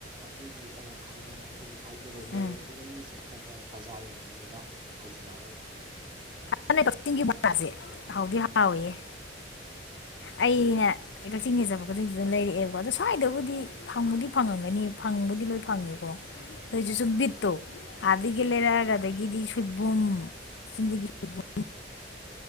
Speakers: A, on the right; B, on the left.
A: ꯑꯗꯨꯗꯤ ꯑꯃꯨꯛ ꯈꯪꯉꯔꯣꯏ ꯑꯗꯨꯝ ꯍꯥꯏꯗꯔꯦ ꯃꯦꯟꯔꯣꯠꯇꯨꯗꯒꯤ
B: ꯎꯝ
A: ꯆꯠꯊꯔꯒ ꯕꯖꯥꯔ ꯌꯧꯗ꯭ꯔꯤꯉꯩꯗ ꯍꯥꯏꯖꯤꯜꯍꯧꯔꯒ ꯑꯩꯈꯣꯏꯗꯨ ꯀꯩꯅꯣꯝꯃꯥ
B: ꯃꯥꯅꯦ ꯀꯥꯛꯆꯤꯡꯒꯤ ꯕꯣꯔꯥꯁꯦ ꯍꯥꯎꯗꯤ ꯍꯥꯎꯏꯍꯦ ꯑꯩꯅꯦ
A: ꯑꯥ
B: ꯑꯩ ꯀꯥꯛꯆꯤꯡꯒꯤ ꯆꯠꯄ ꯈꯨꯗꯤꯡꯗꯨꯗ ꯂꯩꯔꯛꯑꯦꯕ ꯑꯗꯣ ꯁ꯭ꯋꯥꯏꯗꯕꯨꯗꯤ ꯐꯪꯕꯨꯗꯤ ꯐꯪꯉꯝꯒꯅꯤ ꯐꯪꯕꯨꯗꯤ ꯂꯣꯏ ꯐꯪꯉꯦꯀꯣ ꯑꯩꯖꯨꯁꯨꯝ
A: ꯑꯥ
B: ꯕꯤꯠꯇꯣ ꯑꯥꯗꯒꯤ ꯂꯩꯔꯛꯑꯒ
A: ꯎꯝ
B: ꯑꯗꯒꯤꯗꯤ ꯁꯣꯏꯕꯨꯝ ꯆꯤꯡꯗꯒꯤ ꯁꯣꯏꯕꯨꯝ